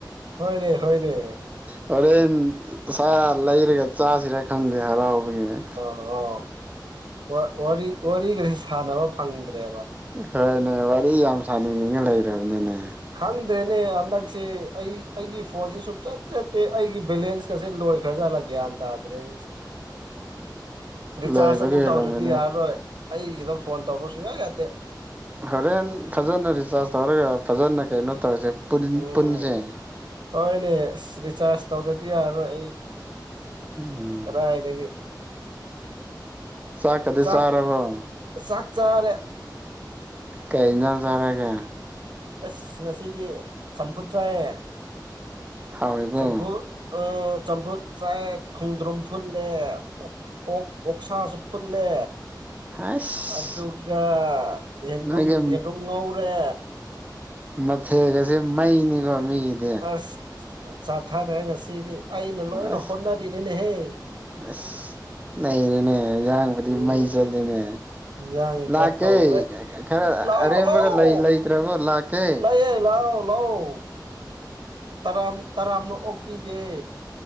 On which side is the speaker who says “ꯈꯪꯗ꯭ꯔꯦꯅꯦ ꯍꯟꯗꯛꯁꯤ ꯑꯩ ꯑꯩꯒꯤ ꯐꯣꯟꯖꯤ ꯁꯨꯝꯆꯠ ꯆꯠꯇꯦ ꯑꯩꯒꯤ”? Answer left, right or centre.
Right